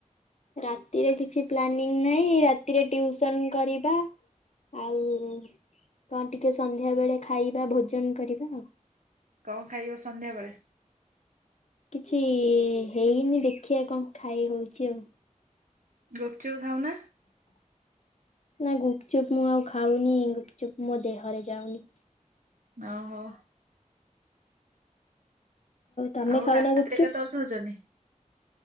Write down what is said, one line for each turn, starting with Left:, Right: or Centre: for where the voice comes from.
Left: ରାତିରେ କିଛି ପ୍ଲାନିଂ ନାହିଁ ରାତିରେ ଟିଉସନ୍ କରିବା ଆଉ କଣ ଟିକେ ସନ୍ଧ୍ୟା ବେଳେ ଖାଇବା ଭୋଜନ କରିବା ଆଉ।
Right: କଣ ଖାଇବ ସନ୍ଧ୍ୟାବେଳେ?
Left: କିଛି ହେଇନି ଦେଖିବା କଣ ଖାଇ ହଉଚି ଆଉ।
Right: ଗୁପଚୁପ୍ ଖାଉନା।
Left: ନା ଗୁପଚୁପ୍ ମୁଁ ଆଉ ଖାଉନି ଗୁପଚୁପ୍ ମୋ ଦେହରେ ଯାଉନି।
Right: ଓହୋ।
Left: ତମେ
Right: ଆଉ
Left: ଖାଉନା
Right: ରାତିରେ
Left: ଗୁପଚୁପ୍?
Right: କେତେବେଳେ ଶଉଛନ୍ତି?